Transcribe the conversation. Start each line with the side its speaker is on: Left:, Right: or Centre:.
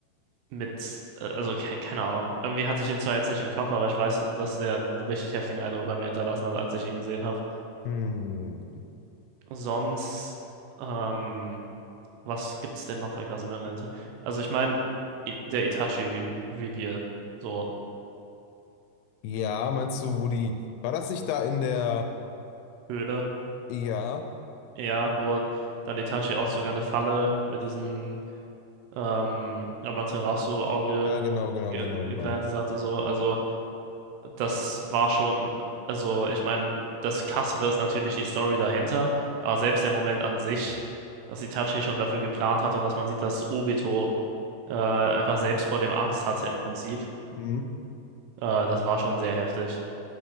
Right: mit, äh, also ke keine Ahnung, irgendwie hatte ich ihn zwar jetzt nicht im Kopf, aber ich weiß, dass der einen richtig heftigen Eindruck bei mir hinterlassen hat, als ich ihn gesehen habe.
Left: Hm.
Right: Sonst, ähm, was gibt's denn noch für krasse Momente? Also ich meine, I- der Itachi Re Reveal, so
Left: Ja, meinst du, wo die, war das nicht da in der,
Right: Höhle,
Left: ja,
Right: ja, wo dann Itachi auch sogar eine Falle mit diesem ähm, Amaterasu-Auge
Left: ja, genau, genau,
Right: ge
Left: genau, genau.
Right: geplantet hatte, so, also das war schon, also ich meine, das Krassere ist natürlich die Story dahinter, aber selbst der Moment an sich, dass Itachi schon dafür geplant hat und dass man sieht, dass Obito äh, einfach selbst vor dem Angst hatte im Prinzip,
Left: Mhm.
Right: äh, das war schon sehr heftig.